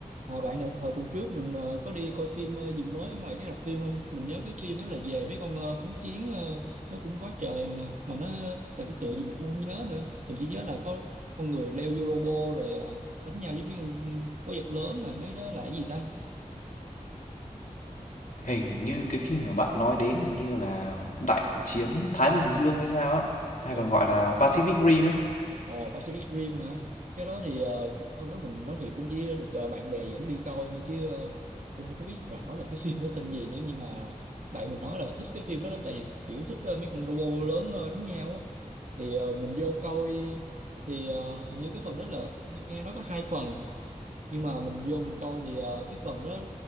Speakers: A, on the right (about 65°); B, on the left (about 75°).
A: À, bạn nè, hồi tuần trước mình ờ, có đi coi phim ờ, gì mới ở ngoài cái rạp phim không? Mình nhớ cái phim đó là về mấy con ờ, thú chiến ờ, nó cũng quá trời nè. mà nó là cái tựa gì mình cũng không nhớ nữa. Mình chỉ nhớ là có con người leo vô robot rồi ờ, đánh nhau với mấy con quái vật lớn là mấy đó là cái gì ta?
B: Hình như cái phim mà bạn nói đến hình như là Đại chiến Thái Bình Dương hay sao á, hay
A: Ồ,
B: còn gọi là Pacific Rim ấy.
A: ồ Pacific Rim hả? Cái đó thì ờ, hôm đó mình nói thiệt cũng chỉ được ờ, bạn bè dẫn đi coi thôi chứ ờ, cũng không có biết rõ là cái phim nó tên gì nữa nhưng mà bạn mình nói là thích cái phim đó lắm tại vì kiểu thích ờ, mấy con robot lớn ờ, đánh nhau á thì ờ, mình vô coi thì ờ, hình như cái phần đó là nghe nghe nói có hai phần nhưng mà mình vô mình coi thì ờ, cái phần đó